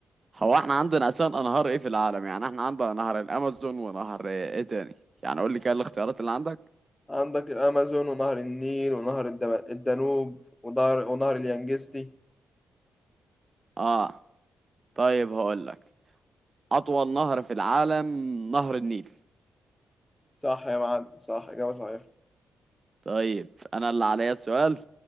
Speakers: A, on the right; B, on the left.
A: هو احنا عندنا أساسا أنهار إيه في العالم يعني احنا عندنا نهر الأمازون ونهر إيه تاني يعني قول لي كده الاختيارات اللي عندك
B: عندك الامازون ونهر النيل ونهر الدب- الدانوب ونهر ونهر اليانجستي
A: آه طيب هقول لك أطول نهر في العالم نهر النيل
B: صح يا معلم صح إجابة صحيحة
A: طيب أنا اللي عليا السؤال